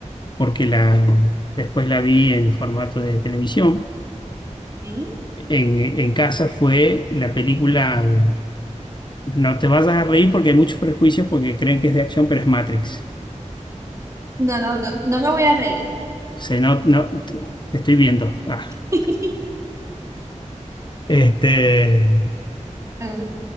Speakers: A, on the left; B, on the right.
A: porque la, después la vi en formato de televisión.
B: ¿Sí?
A: En, en casa fue la película, no te vayas a reír porque hay muchos prejuicios porque creen que es de acción, pero es Matrix.
B: No, no, no, no me voy a reír.
A: Se no, no, te te estoy viendo. Ah,
B: <laughs>
A: este,
B: Mm,